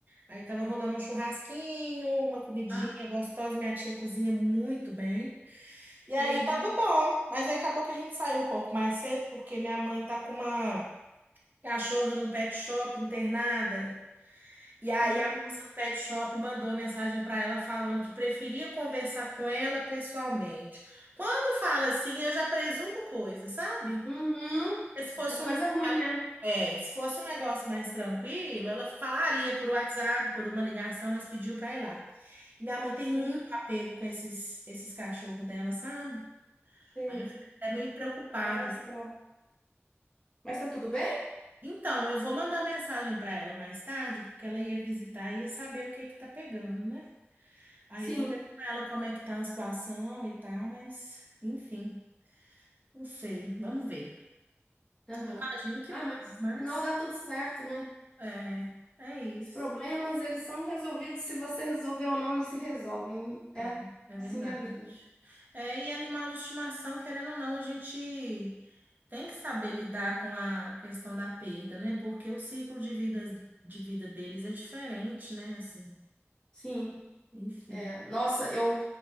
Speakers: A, on the right (about 40°); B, on the left (about 15°).
A: Aí tava rolando um churrasquinho, uma comidinha
B: Ah,
A: gostosa, minha tia cozinha muito bem. E aí
B: Uhum.
A: tava bom, mas aí acabou que a gente saiu um pouco mais cedo, porque minha mãe tá com uma Cachorro num pet shop, internada. E aí
B: ah,
A: a moça do pet shop mandou mensagem para ela falando que preferia conversar com ela pessoalmente. Quando fala assim, eu já presumo coisa, sabe?
B: uhum.
A: Porque se fosse
B: Por coisa
A: um,
B: ruim, né?
A: é, se fosse um negócio mais tranquilo, ela falaria por WhatsApp, por uma ligação, mas pediu para ir lá. Minha mãe tem
B: Sim,
A: muito apego com esses, esses cachorros dela, sabe?
B: sei.
A: Aí eu fico até meio preocupada,
B: Aí ela foi pra lá. Mas tá tudo bem?
A: Então, eu vou mandar mensagem para ela mais tarde, porque ela ia visitar e ia saber o que que tá pegando, né? Aí
B: Sim.
A: eu vou ver com ela como é que tá a situação e tal, mas enfim, não sei, vamos ver.
B: Aham.
A: Imagino que
B: Ah,
A: tá,
B: mas
A: né?
B: no
A: mas
B: final dá tudo certo, né?
A: é, é isso.
B: Os problemas, eles são resolvidos. Se você resolver ou não, eles se resolvem.
A: É,
B: É
A: é verdade.
B: assim que é a vida.
A: É, e animal de estimação, querendo ou não, a gente tem que saber lidar com a questão da perda, né? Porque o ciclo de vida, de vida deles é diferente, né? Assim,
B: Sim.
A: enfim.
B: Nossa, eu,